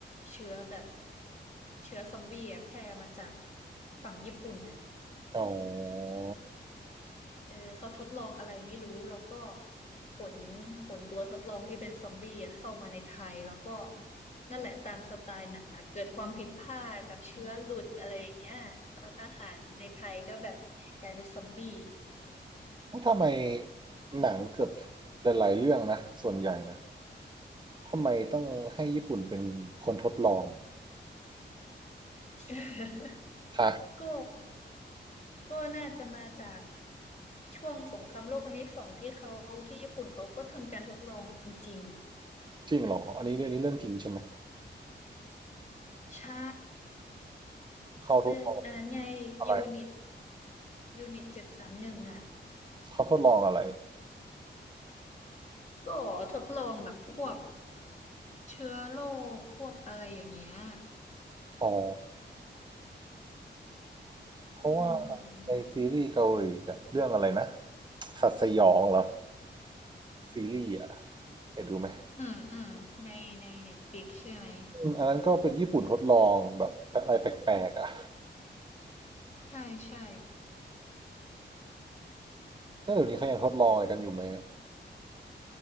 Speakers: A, on the left (about 40°); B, on the right (about 25°).
A: เชื้อแบบเชื้อซอมบี้อะแพร่มาจากฝั่งญี่ปุ่นน่ะ
B: อ๋อ
A: เออเขาทดลองอะไรไม่รู้แล้วก็ขนขนตัวทดลองที่เป็นซอมบี้อะเข้ามาในไทยแล้วก็นั่นแหละตามสไตล์หนังอะเกิดความผิดพลาดแบบเชื้อหลุดอะไรอย่างเงี้ยแล้วทหารในไทยก็แบบกลายเป็นซอมบี้
B: ทำไมหนังเกือบหลายๆเรื่องนะส่วนใหญ่นะทำไมต้องให้ญี่ปุ่นเป็นคนทดลอง
A: <laughs>
B: ฮะ
A: ก็ก็น่าจะมาจากช่วงสงครามโลกครั้งที่สองที่เขาที่ญี่ปุ่นเขาก็ทำการทดลองจริงๆ
B: จริงเหรออันนี้เรื่องนี้เรื่องจริงใช่ไหม
A: ใช่
B: เขาทดลอง
A: เรื่องอันนั้นไงยูนิต
B: อะไร
A: ยูนิตเจ็ดสามหนึ่งอ่ะ
B: เขาทดลองอะไร
A: ก็ทดลองแบบควบเชื้อโรคควบอะไรอย่างเงี้ย
B: อ๋อเพราะว่า
A: อืม
B: ในซีรีส์เกาหลีอะเรื่องอะไรนะสัตว์สยองเหรอซีรีส์อะเคยดูไหม
A: อืมอืมในในเน็ตฟลิกใช่ไหม
B: อืมอันนั้นก็เป็นญี่ปุ่นทดลองแบบอะไรแปลกๆอะ
A: ใช่ใช่
B: แล้วเดี๋ยวนี้เขายังทดลองอะไรกันอยู่ไหม